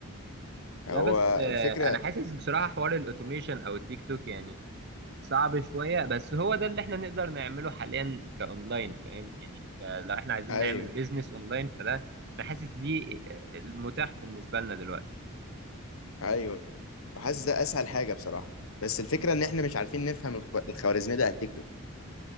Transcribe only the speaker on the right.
لا
بس آه،
انا حاسس بصراحه حوار الاوتوميشن او التيك توك يعني صعب شوية بس هو ده اللي احنا نقدر نعمله حاليا كأونلاين فاهم يعني ك- لو احنا عايزين
نعمل بيزنس أونلاين فده أنا حاسس دي آه، المتاح بالنسبة لنا دلوقتي